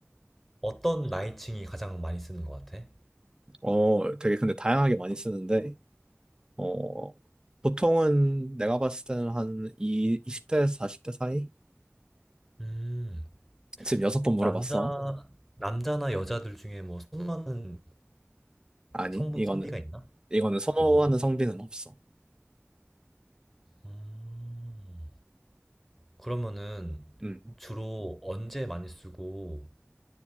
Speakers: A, in the centre; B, on the right.
A: 어떤 나이층이 가장 많이 쓰는 것 같아?
B: 어, 되게 근데 다양하게 많이 쓰는데, 어, 보통은 내가 봤을 때는 한 이, 20대에서 40대 사이?
A: 음,
B: 지금 여섯 번
A: 남자,
B: 물어봤어.
A: 남자나 여자들 중에 뭐 선호하는
B: 아니,
A: 성부,
B: 이거는,
A: 성비가 있나?
B: 이거는 선호하는
A: 어,
B: 성비는 없어.
A: 음. 그러면은
B: 음,
A: 주로 언제 많이 쓰고